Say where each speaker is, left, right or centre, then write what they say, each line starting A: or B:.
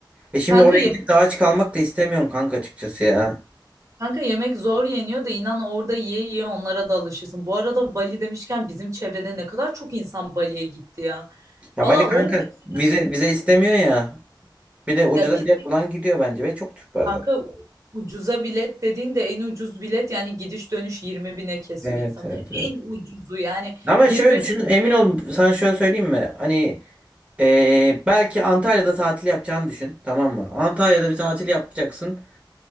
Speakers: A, on the right; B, on the right.
A: E şimdi
B: Kanka
A: oraya gidip de aç kalmak da istemiyorum kanka açıkçası ya.
B: Kanka yemek zor yeniyor da inan orada yiye yiye onlara da alışırsın. Bu arada Bali demişken bizim çevrede ne kadar çok insan Bali'ye gitti ya.
A: Ya
B: Valla
A: Bali kanka
B: on kişi
A: vize vize istemiyor ya. Bir de ucuza
B: ya vize
A: bilet bulan gidiyor bence ve çok Türk var zaten.
B: kanka ucuza bilet dediğin de en ucuz bilet yani gidiş dönüş 20 bine kesiyor
A: Evet
B: insanlar.
A: evet evet.
B: En ucuzu yani
A: Ama
B: 20
A: şöyle düşün, emin ol sana şöyle söyleyeyim mi? Hani eee, belki Antalya'da tatil yapacağını düşün, tamam mı? Antalya'da bir tatil yapacaksın.